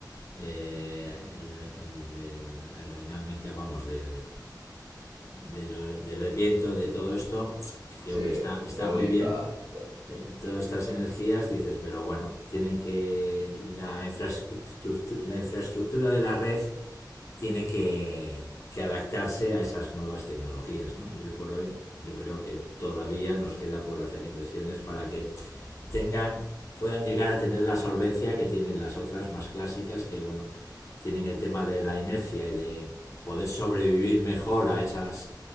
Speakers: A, on the left (about 45°); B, on the right (about 80°).
A: eh, el, el del aerodinámica, vamos, del, del, del viento, de todo esto, que
B: Sí,
A: hombre, está, está
B: eólica,
A: muy bien.
B: todas esas cosas.
A: eh, todas estas energías, dices, pero bueno, tienen que la infraestructura, la infraestructura de la red tiene que, que adaptarse a esas nuevas tecnologías, ¿no? Y hoy por hoy yo creo que todavía nos queda por hacer inversiones para que tengan, puedan llegar a tener la solvencia que tienen las otras más clásicas que, bueno, tienen el tema de la inercia y de poder sobrevivir mejor a esas